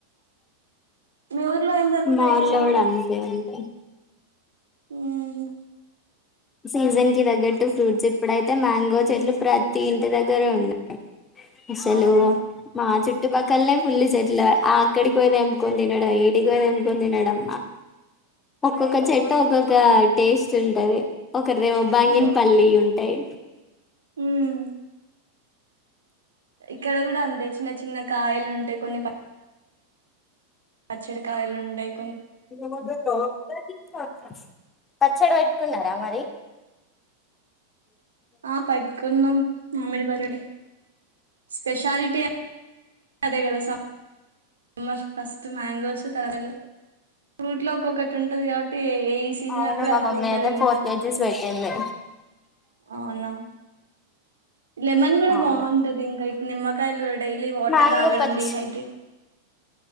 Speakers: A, on the right; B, on the left.
A: మీ ఊర్లో ఏం దొరుకుతాయి
B: మా ఊర్లో
A: ఎక్కువ
B: కూడా అంతే అంతే
A: హ్మ్ హు
B: సీజన్ కి తగ్గట్టు ఫ్రూట్స్ ఇప్పుడైతే మ్యాంగో చెట్లు ప్రతి ఇంటి దగ్గర ఉన్నాయి అసలు
A: అవును
B: మా చు చుట్టుపక్కలనే ఫుల్ చెట్లు ఆ అక్కడికి పోయి తెంపుకొని తినడం వీడికి పోయి తెంపుకొని తినడం ఒక్కొక్క చెట్టు ఒక్కొక్క టేస్ట్ ఉంటది ఒకరిదేమొ బంగిన్ పల్లి ఉంటాయి
A: ఉమ్ ఇక్కడ కూడా అంతే చిన్న చిన్న కాయలు ఉంటాయి కొన్ని పచ్చడి కాయలుండయి
B: ఇ క తీ పచ్చడి పెట్టుకున్నారా మరి
A: ఆ పెట్టుకున్నాం మామడి పరిడి స్పెషాలిటీ అదే కదా స మర్ ఫస్ట్ మ్యాంగోస్ తర్వాత ఫ్రూట్ లో ఒక్కొక్కటి ఉంటుంది కాబట్టి ఏ సీజన్
B: అవును
A: అప్పుడు
B: మా
A: ఆ ఫ్రూట్
B: మమ్మీ అయితే
A: తినుకుంటు
B: ఫోర్ కేజీస్ పెట్టింది
A: అవునా లెమన్ కూడా
B: అవును
A: బాగుంటంది ఇంకా ఇప్పుడు నిమ్మకాయలు డైలీ వాటర్
B: మ్యాంగో
A: తాగడం
B: పచ్చ
A: డిహైడ్రేట్